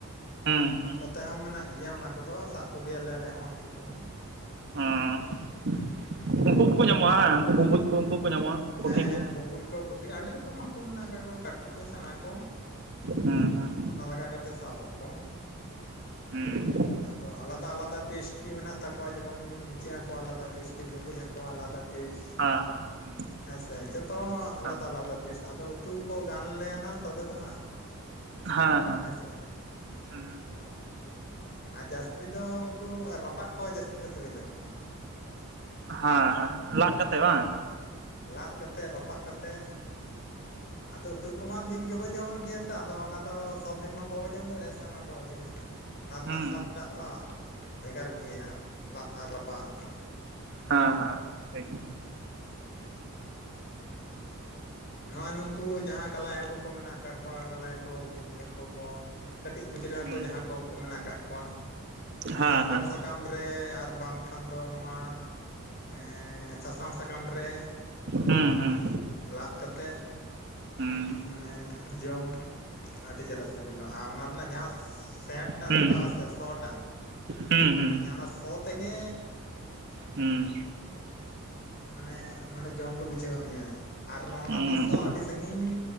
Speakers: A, on the right (about 50°); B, on the left (about 45°).
A: ᱦᱮᱸ ᱦᱮᱸ
B: ᱱᱚᱛᱮ ᱦᱚᱸ ᱢᱮᱱᱟᱜ ᱜᱮᱭᱟ ᱚᱱᱟ ᱠᱚᱫᱚ ᱥᱟᱵ ᱠᱚᱜᱮᱭᱟᱞᱮ ᱟᱞᱮ ᱦᱚᱸ ᱦᱟᱹᱠᱩ ᱠᱚᱦᱚᱸ ᱾
A: ᱦᱸ ᱩᱱᱠᱩ ᱠᱚᱠᱚ ᱧᱟᱢᱚᱜᱼᱟ ᱦᱮᱸ ᱩᱱᱠᱩ ᱵᱩᱸᱵᱩᱡ ᱠᱚ ᱩᱱᱠᱩ ᱦᱚᱸ ᱠᱚ ᱧᱟᱢᱚᱜᱼᱟ ᱯᱩᱴᱷᱤ
B: ᱦᱮᱸ ᱦᱮᱸ
A: ᱠᱚ᱾
B: ᱵᱩᱸᱵᱩᱡ ᱠᱚ ᱯᱩᱴᱷᱤ ᱟᱹᱰᱤ ᱨᱚᱠᱚᱢ ᱦᱟᱹᱠᱩ ᱢᱮᱱᱟᱜ ᱠᱟᱜ ᱠᱚᱣᱟ ᱠᱟᱹᱴᱤᱡ ᱠᱚ ᱥᱮᱬᱟ ᱠᱚ ᱾
A: ᱦᱮᱸ ᱦᱮᱸ
B: ᱚᱱᱟ ᱞᱟᱜᱟ ᱠᱟᱛᱮᱫ ᱥᱟᱵᱚᱜ ᱟᱠᱚ ᱾
A: ᱦᱩ
B: ᱟᱫᱚ ᱟᱞᱟᱫᱟ ᱟᱞᱟᱫᱟ ᱴᱮᱥᱴᱤ ᱢᱮᱱᱟᱜ ᱛᱟᱠᱚᱣᱟ ᱡᱮᱢᱚᱱ ᱤᱪᱟᱹᱜ ᱦᱟᱹᱠᱩ ᱟᱞᱟᱫᱟ ᱴᱮᱥᱴᱤ ᱵᱩᱵᱩᱡ ᱦᱟᱹᱠᱩ ᱟᱞᱟᱫᱟ ᱾ ᱴᱮᱥ
A: ᱦᱮᱸ ᱦᱮᱸ
B: ᱦᱮᱸᱥᱮ ᱡᱚᱛᱚ ᱟᱞᱟᱫᱟ
A: ᱦᱮᱸ
B: ᱟᱞᱟᱫᱟ ᱴᱮᱥᱴ, ᱟᱫᱚ ᱚᱛᱩ ᱠᱚ ᱜᱟᱱ ᱞᱮᱱ-ᱱᱟ ᱛᱚᱵᱮ ᱛᱚ ᱦᱟᱸᱜ
A: ᱦᱮᱸ
B: ᱟᱪᱪᱷᱟ ᱾
A: ᱦᱩᱸ
B: ᱟᱨ ᱡᱟᱹᱥᱛᱤ ᱫᱚ ᱩᱱᱠᱩ ᱨᱟᱯᱟᱜ ᱠᱚ ᱡᱟᱹᱥᱛᱤ ᱫᱚ ᱥᱤᱵᱤᱞᱚᱜᱼᱟ ᱾
A: ᱦᱮᱸ ᱦᱮᱸ ᱞᱟᱜ ᱠᱟᱛᱮ ᱵᱟᱝ ᱾
B: ᱞᱟᱫ ᱠᱟᱛᱮᱫ ᱨᱟᱯᱟᱜ ᱠᱟᱛᱮᱫ ᱟᱫᱚ ᱩᱛᱩ ᱠᱚᱢᱟ ᱫᱤᱱ ᱜᱮᱵᱚ ᱡᱚᱢᱮᱫ ᱜᱮᱭᱟ ᱛᱚ ᱟᱫᱚ ᱚᱱᱟ ᱫᱚ ᱥᱚᱵᱽᱫᱤᱱ ᱢᱟ ᱵᱟᱵᱚ ᱡᱚᱢ ᱫᱟᱲᱮᱭᱟᱜᱼᱟ ᱥᱮ ᱚᱱᱟ ᱠᱚ ᱡᱤᱱᱤᱥ ᱫᱚ ᱦᱟᱸᱜ ᱾ ᱚᱱᱟ ᱨᱮᱱᱟᱜ
A: ᱦᱩᱸ
B: ᱥᱟᱫᱴᱟᱜ ᱫᱚ ᱵᱷᱮᱜᱟᱨ ᱜᱮᱭᱟ ᱞᱟᱫ ᱟᱨ ᱨᱟᱯᱟᱜᱟᱜ ᱫᱚ ᱾
A: ᱦᱮᱸ ᱦᱮᱸ ᱴᱷᱤᱠ ᱾
B: ᱱᱚᱣᱟ ᱱᱩᱝᱠᱩ ᱡᱟᱦᱟᱸ ᱠᱟᱞᱟᱭ ᱦᱟᱹᱠᱩ ᱠᱚ ᱢᱮᱱᱟᱜ ᱠᱟᱜ ᱠᱚᱣᱟ ᱠᱟᱞᱟᱭ ᱦᱟᱹᱠᱩ ᱵᱩᱵᱩᱡ ᱦᱟᱹᱠᱩ ᱠᱚ ᱾ ᱠᱟᱹᱴᱤᱡ ᱠᱷᱩᱪᱨᱟᱹ
A: ᱦᱩᱸ
B: ᱦᱟᱠᱩ ᱡᱟᱦᱟᱸ ᱠᱚ ᱢᱮᱱᱟᱜ ᱠᱚᱣᱟ
A: ᱦᱮᱸ
B: ᱥᱟᱨᱡᱚᱢ
A: ᱦᱮᱸ
B: ᱥᱟᱠᱟᱢ ᱥᱟᱠᱟᱢ ᱨᱮ ᱟᱨ ᱵᱟᱝᱠᱷᱟᱱ ᱫᱚ ᱱᱚᱣᱟ ᱦᱮᱸ ᱥᱟᱥᱟᱝ ᱥᱟᱠᱟᱢ ᱨᱮ
A: ᱦᱩᱸ ᱦᱩᱸ
B: ᱞᱟᱫ ᱠᱟᱛᱮᱫ
A: ᱦᱩᱸ
B: ᱢᱟᱱᱮ ᱡᱚᱢ ᱟᱹᱰᱤ ᱪᱮᱨᱦᱟ ᱥᱤᱵᱤᱞᱟ ᱟᱨ ᱚᱱᱟ ᱨᱮᱱᱟᱜ ᱡᱟᱦᱟᱸ ᱥᱮᱴ ᱴᱟᱜ
A: ᱦᱩᱸ
B: ᱨᱟᱠᱟᱵᱟ ᱥᱮ ᱥᱚ ᱴᱟᱜ
A: ᱦᱩᱸ ᱦᱩᱸ
B: ᱢᱟᱱᱮ ᱚᱱᱟ ᱥᱚ ᱛᱮᱜᱮ
A: ᱦᱩᱸ
B: ᱢᱟᱱᱮ ᱢᱟᱱᱮ ᱡᱚᱢ ᱜᱮ ᱵᱩᱡᱷᱟᱹᱣ ᱢᱮᱭᱟ ᱾ ᱟᱨ ᱱᱚᱜᱱᱟ
A: ᱦᱩᱸ
B: ᱨᱮᱱᱟᱜ ᱥᱚ
A: ᱦᱮᱸ
B: ᱟᱹᱰᱤ ᱥᱟᱺᱜᱤᱧ